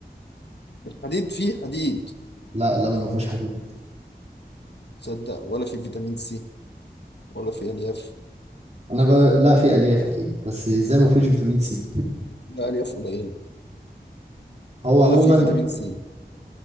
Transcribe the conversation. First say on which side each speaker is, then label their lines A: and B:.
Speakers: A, on the left (about 80°); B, on the right (about 40°).
A: الحديد فيه حديد
B: لا اللبن ما فيهوش حديد
A: تصدق ولا في فيتامين سي ولا في ألياف
B: انا بقى لا في الياف اكيد بس ازاي ما فيهوش فيتامين سي
A: لا ألياف قليلة
B: هو
A: ولا
B: عموما
A: في فيتامين سي